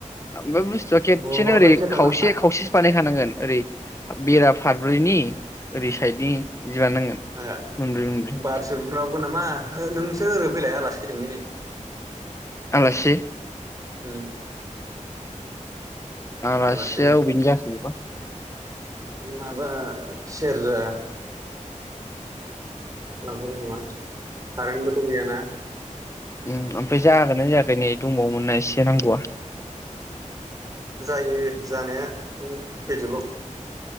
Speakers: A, on the left (about 20°); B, on the right (about 25°).
A: ओमफ्राय बुस्थुआ खेबसेनो
B: बुब्राबबायसो
A: ओरै
B: थांनो
A: खावसे खावसेसो बानायखानांगोन ओरै बेराफारब्रैनि ओरै साइदनि बिबदि बानायनांगोन
B: ए
A: मोनब्रै मोनब्रै
B: बारसो बुब्राबगोन नामा नोंसोर ओरै फैलाय आलासि फैदोंलै नै
A: आलासि
B: उम
A: आलासिया
B: आलासि फैदों
A: अबेनि जाखो बेखौ
B: माबा सेरजा लांफैदों नामा कारेन्टबोथ' गैयाना
A: उम ओमफ्राय जागोनना जायाखै नै दंबावोमोनना नै एसे नांगौआ
B: जायो जानाया फैदोल'